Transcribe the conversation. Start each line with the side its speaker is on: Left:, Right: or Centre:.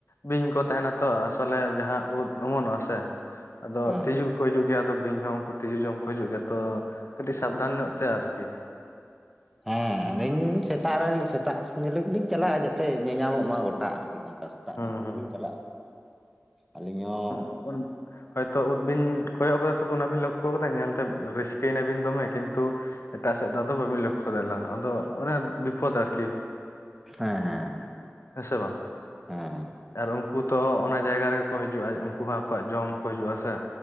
Left: ᱵᱤᱧ ᱠᱚ ᱛᱟᱦᱮᱱᱟ ᱛᱚ ᱟᱥᱚᱞ ᱮ ᱡᱟᱦᱟᱸ ᱩᱫ ᱚᱢᱚᱱᱚᱜᱼᱟ ᱥᱮ ᱟᱫᱚ
Centre: ᱦᱮᱸ
Left: ᱛᱤᱡᱩ ᱠᱚ ᱦᱤᱡᱩᱜ ᱜᱮᱭᱟ ᱟᱫᱚ ᱵᱤᱧ ᱦᱚᱸ ᱩᱱᱠᱩ ᱛᱤᱡᱩ ᱡᱚᱢ ᱠᱚ ᱦᱤᱡᱩᱜ ᱜᱮᱭᱟ ᱛᱚ ᱠᱟᱹᱴᱤᱡ ᱥᱟᱵᱫᱷᱟᱱ ᱧᱚᱜ ᱛᱮ ᱟᱨ ᱠᱤ
Centre: ᱦᱮᱸ ᱟᱹᱞᱤᱧ ᱥᱮ.... ᱛᱟᱜ ᱨᱮ ᱥᱮᱛᱟᱜ ᱧᱮᱞᱮ ᱜᱤ ᱞᱤᱧ ᱪᱟᱞᱟᱜ-ᱟ ᱡᱟᱛᱮ ᱧᱮᱧᱟ ᱢᱚᱜ ᱢᱟ ᱜᱚᱴᱟ ᱟᱨ ᱠᱤ ᱚᱱᱠᱟ ᱥᱮᱛᱟᱜ
Left: ᱦᱩᱸ
Centre: ᱧᱚᱜ ᱨᱮ
Left: ᱦᱩᱸ
Centre: ᱜᱮ ᱞᱤᱧ ᱪᱟᱞᱟᱜᱼᱟ ᱟᱹᱞᱤᱧ ᱦᱚᱸ
Left: <unintelligible> ᱦᱚᱭ ᱛᱚ ᱩᱫ ᱵᱤᱱ ᱠᱚᱭᱚᱜ ᱟᱠᱟᱫᱟ ᱥᱩᱫᱩ ᱚᱱᱟᱵᱤᱱ ᱞᱚᱠᱠᱷᱚ ᱟᱠᱟᱫᱟ ᱧᱮᱞ ᱛᱮ ᱨᱟᱹᱥᱠᱟᱹ ᱮᱱᱟᱵᱤᱱ ᱫᱚᱢᱮ ᱠᱤᱱᱛᱩ ᱮᱴᱟᱜ ᱥᱮᱫ ᱫᱚ ᱟᱫᱚ ᱵᱟᱹᱵᱤᱱ ᱞᱚᱠᱠᱷᱚ ᱫᱮᱞᱟ ᱟᱫᱚ ᱚᱱᱮ ᱵᱤᱯᱷᱚᱫᱽ ᱟᱨᱠᱤ
Centre: ᱦᱮᱸ ᱦᱮᱸ ᱦᱮᱸ,
Left: ᱦᱮᱸ ᱥᱮ ᱵᱟᱝ
Centre: ᱦᱮᱸ
Left: ᱟᱨ ᱩᱱᱠᱩ ᱛᱚ ᱚᱱᱟ ᱡᱟᱭᱜᱟ ᱨᱮᱜᱮ ᱠᱚ ᱦᱤᱡᱩᱜᱼᱟ ᱩᱱᱠᱩ ᱦᱚᱸ ᱟᱠᱚᱣᱟᱜ ᱡᱚᱢ ᱠᱚ ᱦᱤᱡᱩᱜᱼᱟ ᱥᱮ